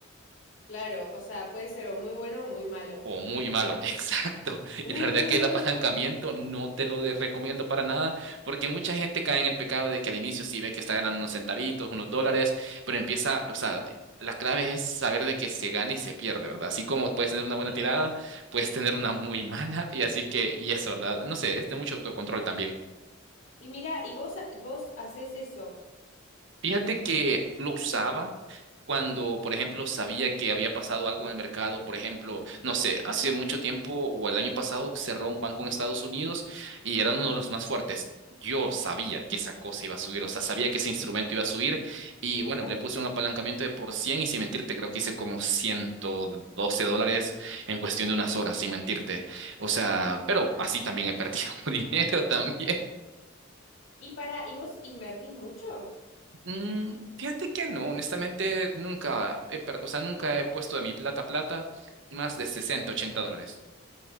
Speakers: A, on the left (about 65°); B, on the right (about 65°).
A: Claro, o sea, puede ser o muy bueno o muy malo.
B: O muy malo, <laughs> exacto.
A: <laughs>
B: Y la verdad que el apalancamiento no te lo de- recomiendo para nada, porque mucha gente cae en el pecado de que al inicio sí ve que está ganando unos centavitos, unos dólares, pero empieza, o sea, la clave es saber de que se gana y se pierde, ¿verdad? Así como puedes tener una buena
A: Sí.
B: tirada, puedes tener una muy <laughs> mala, y así que, y eso, ¿verdad? No sé, es de mucho autocontrol también.
A: Y mira, y vos, ha- vos haces eso.
B: Fíjate que lo usaba cuando, por ejemplo, sabía que había pasado algo en el mercado. Por ejemplo, no sé, hace mucho tiempo o el año pasado cerró un banco en Estados Unidos y era uno de los más fuertes. Yo sabía que esa cosa iba a subir, o sea, sabía que ese instrumento iba a subir y
A: Mira.
B: bueno, le puse un apalancamiento de por 100 y sin mentirte, creo que hice como ciento doce dólares en cuestión de unas horas, sin mentirte. O sea, pero así también he perdido <laughs> dinero también.
A: Y para, ¿y vos invertís mucho?
B: Mm, fíjate que no, honestamente nunca he, per- o sea, nunca he puesto de mi plata plata más de 60 80 dólares.